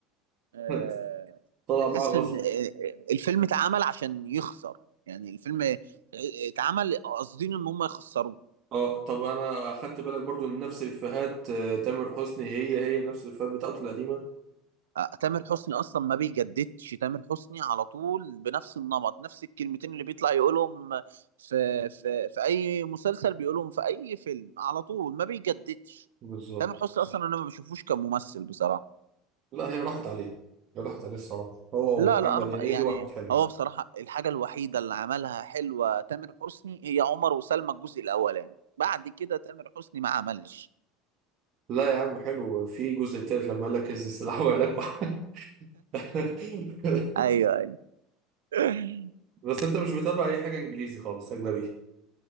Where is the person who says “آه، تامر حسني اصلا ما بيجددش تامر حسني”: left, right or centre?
Right